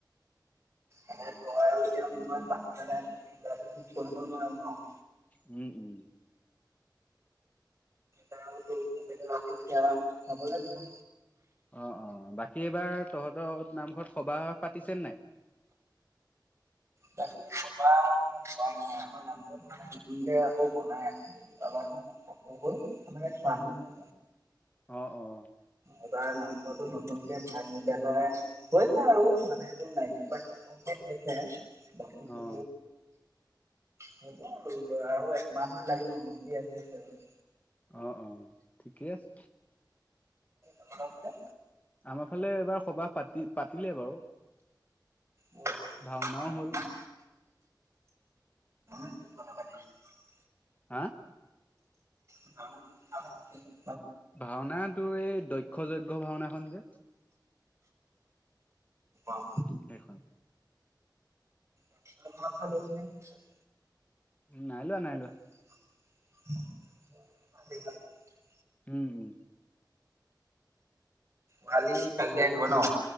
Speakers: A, on the right (about 35°); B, on the left (about 20°).
A: অকল তই আৰু এতিয়া মোৰ <unintelligible> পাতি পেনাই ঠিক কৰিব নোৱাৰো ন।
B: উম, উম।
A: তাৰোটো সুবিধা-অসুবিধা চাব লাগিব।
B: অ, অ, বাকী এইবাৰ তহঁতৰ নামঘৰত সবাহ পাতিছেন নাই?
A: বাকী সবাহ মানে পতা নাই, আমাৰ নামঘৰতো মানে নতুনকে আকৌ বনাই আছে। আমাৰটো অলপ চাপৰ হ'ল, আমাৰ ইয়াত পানী হয়
B: অ, অ।
A: এইবাৰ নামঘৰটো নতুনকে ভাঙি পেলাই হৈছে আৰু, মানে এইটো নাইণ্টি পাৰ্চন্ত কমপ্লিট হৈছে। বাকীটো
B: অ'।
A: হ'ব আৰু, আৰু একমাহ মান লাগিব, মিস্ত্ৰী আহি আছে বাৰু।
B: অ', অ', ঠিকেই আছে।
A: <unintelligible>
B: আমাৰ ফালে এবাৰ সবাহ পাতি, পাতিলে বাৰু।
A: অ', অ',
B: ভাওনাও
A: আমাৰ
B: হ'ল।
A: <inaudible>
B: হা?
A: <inaudible> ভাওনা পাতিলে?
B: ভাওনা টো এই দক্ষ যজ্ঞ ভাওনাখন যে।
A: অ'।
B: সেইখন।
A: <inaudible>
B: নাই লোৱা, নাই লোৱা।
A: <inaudible>
B: উম, উম।
A: কালি, কাইলে আহিব ন'?